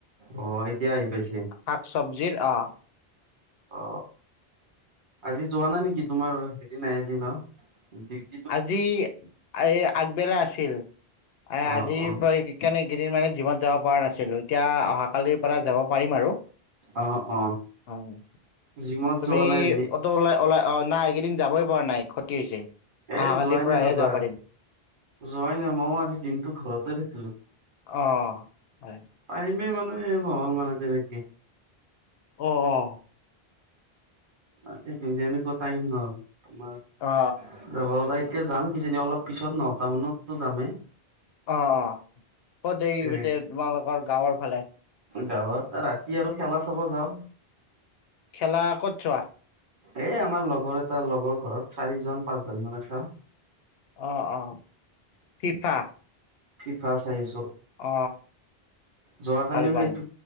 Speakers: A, on the right; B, on the left.
A: অ এতিয়া আহি পাইছে
B: শাক-চব্জীৰ অ।
A: অ, আজি যোৱা নাই নেকি তোমাৰ সেইদিনা এদিনৰ দি।
B: আজি এই আগবেলা আছিল। এ
A: অ
B: আজিৰ
A: অ
B: পৰা সেইকাৰণে কেইদিনমানে জিমত যাব পৰা নাছিলো। এতিয়া অহা কালিৰ পৰা যাব পাৰিম আৰু
A: অ অ
B: হয়।
A: জিমত
B: তুমি
A: যোৱা নাই আজি
B: অটো ওলাই-ওলাই অ, নাই এইকেইদিন যাবই পৰা নাই খতি হৈছে।
A: এ
B: অহাকালিৰ
A: যোৱাই
B: পৰাহে
A: নাই ৰবা
B: যাব পাৰিম
A: যোৱাই নাই মইও আজি দিনটো ঘৰতে থাকিলো।
B: অ হয়।
A: টাইমে মানে নহ'ল মানে তেনেকে।
B: অ অ
A: ৰাতি যিন যেনেকুৱা টাইম হ'ল তোমাক।
B: অ অ।
A: যাব ওলাইকে যাম কিজানি অলপ পিছত নটা মানতো যামেই।
B: অ অ ক'ত দেৰি
A: ট্ৰেইনত।
B: বিতে তোমালোকৰ গাঁওৰ ফালে।
A: গাঁৱত ৰাতি আৰু খেলা চাব যাওঁ।
B: খেলা ক'ত চোৱা
A: এ আমাৰ লগৰ এটা লগৰ ঘৰত চাৰিজন পাঁচজন মানে চাওঁ
B: অ অ ফিফা।
A: ফিফা চাই আহিছো
B: অ
A: যোৱাকালিও
B: ভাল ভাল
A: সেইটো।